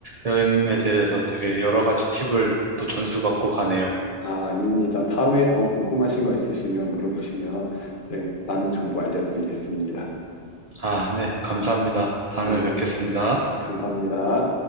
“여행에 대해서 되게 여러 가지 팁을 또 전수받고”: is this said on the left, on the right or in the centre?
Right